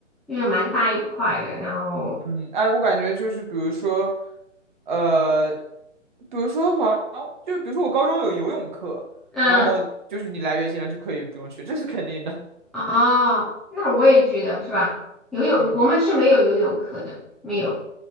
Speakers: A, in the centre; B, on the right.
A: 就是蛮大一块的。然后，
B: 嗯，哎，我感觉就是比如说，呃，比如说好像就比如说我高中有游泳课，
A: 嗯，
B: 然后就是你来月经了就可以不用去，这是肯定的。
A: 哦，那我也觉得是吧？游泳我们是没有游泳课的，
B: 嗯。
A: 没有。